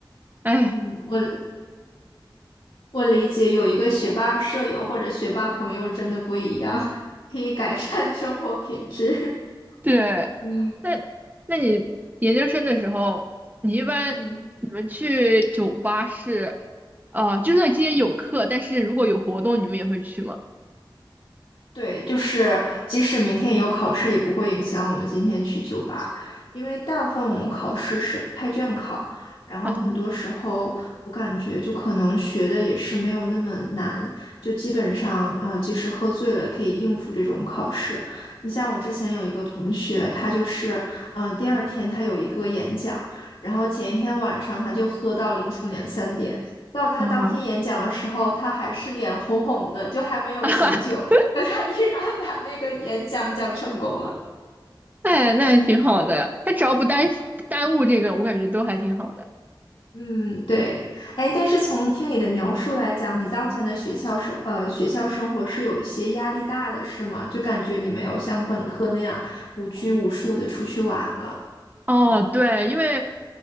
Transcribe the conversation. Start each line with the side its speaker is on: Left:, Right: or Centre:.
Right: 哎。
Left: 嗯，我我理解，有一个学霸舍友或者学霸朋友真的不一样，<laughs> 可以改善生活品质。<laughs>
Right: 对，
Left: 嗯
Right: 那那你研究生的时候，你一般你们去酒吧是，
Left: 嗯。
Right: 呃，就算今天有课，但是如果有活动，你们也会去吗？
Left: 对，就是即使明天有考试，也不会影响我们今天去酒吧，因为大部分我们考试是开卷考，然后很多时候我感觉就可能学的也是没有那么难，
Right: 啊
Left: 就基本上呃，即使喝醉了也可以应付这种考试。你像我之前有一个同学，他就是呃第二天他有一个演讲，然后前一天晚上他就喝到凌晨两三点。到他当天演讲的时候，
Right: 啊，
Left: 他还是脸红红的，就还没有醒酒。
Right: <laughs>
Left: <laughs> 可他依然把那个演讲讲成功了。
Right: 哎，那还挺好的，他只要不耽耽误这个，我感觉都还挺好的。
Left: 嗯，对，哎，但是从听你的描述来讲，你当前的学校生呃学校生活是有一些压力大的，是吗？就感觉你没有像本科那样无拘无束的出去玩了。
Right: 哦，对，因为